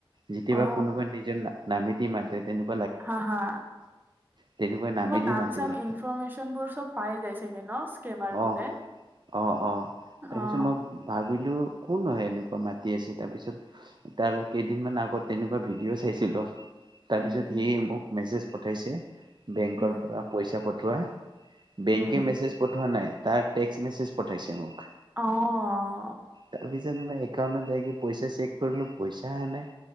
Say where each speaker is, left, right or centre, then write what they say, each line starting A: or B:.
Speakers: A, on the right; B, on the right.
A: যেতিয়াবা
B: অ
A: কোনোবা নিজৰ না-না দিম <inaudible>
B: হা, হা,
A: তেনেকুৱা নামেদি
B: তোমাৰ নাম
A: মাতিলে
B: চাম ইনফৰৰ্মেশচন বোৰ চব পাই যাই চাগে ন? কেমাৰবোৰে,
A: অহ অ অ তাৰপিছত
B: অ'।
A: মই <unintelligible> কোন হয়? এনেকুৱা মাতি আছে তাৰ পিছত তাৰ কেইদিনমান আগত তেন ভিডিঅ' চাইছিলোঁ। তাৰপিছত
B: উম
A: সি মোক মেছ পঠাইছে বেংকৰ
B: উম
A: পৰা পইচা পঠোৱা বেংকে
B: উম
A: মেছ পঠোৱা নাই, তাৰ টেক্স মেছেজ পথাইছে মোক।
B: অ অ
A: তাৰপি দেন মাই এউণ্টত যাই পইচা চেক কৰিলোঁ পইচা আহা নাই।